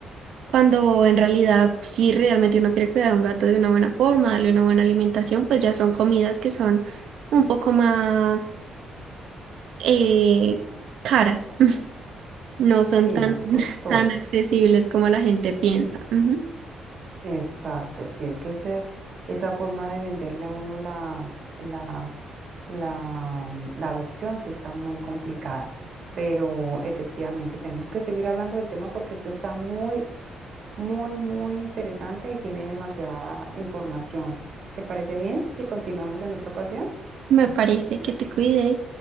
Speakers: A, on the right; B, on the right.
A: Cuando en realidad, si realmente uno quiere cuidar a un gato de una buena forma, darle una buena alimentación, pues ya son comidas que son un poco más eh, caras, <laughs> no son
B: sí,
A: tan,
B: más
A: <laughs>
B: costosas.
A: tan accesibles como la gente piensa. Ujú.
B: Exacto, si es que ese, esa forma de venderle a uno la, la, la, mm, la adopción sí está muy complicada, pero efectivamente tenemos que seguir hablando del tema porque esto está muy, muy, muy interesante y tiene demasiada información. ¿Te parece bien si continuamos en otra ocasión?
A: Me parece que te cuides.